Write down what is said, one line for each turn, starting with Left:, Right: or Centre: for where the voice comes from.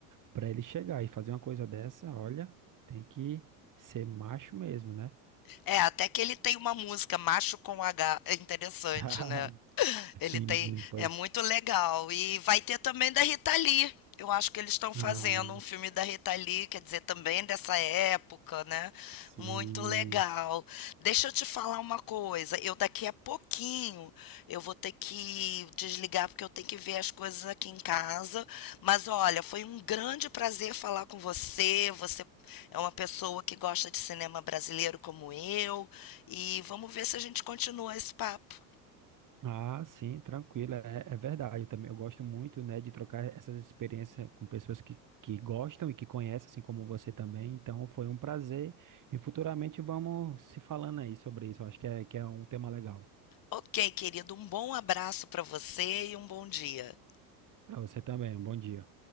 Right: para ele chegar e fazer uma coisa dessa, olha, tem que ser macho mesmo, né?
Left: É, até que ele tem uma música, Macho com H, é interessante,
Right: <laughs>
Left: né? Ele
Right: Sim,
Left: tem,
Right: foi.
Left: é muito legal. E vai ter também da Rita Lee. Eu acho que eles estão fazendo
Right: Ah,
Left: um filme da Rita Lee, quer dizer, também dessa época, né?
Right: sim.
Left: Muito legal. Deixa eu te falar uma coisa. Eu daqui a pouquinho eu vou ter que desligar porque eu tenho que ver as coisas aqui em casa. Mas olha, foi um grande prazer falar com você. Você é uma pessoa que gosta de cinema brasileiro como eu, e vamos ver se a gente continua esse papo.
Right: Ah, sim, tranquilo, é, é verdade. Eu também eu gosto muito, né, de trocar essas experiências com pessoas que, que gostam e que conhecem, assim como você também. Então, foi um prazer e futuramente vamos se falando aí sobre isso. Eu acho que é, que é um tema legal
Left: Ok, querido, um bom abraço para você e um bom dia.
Right: para você também. um Bom dia.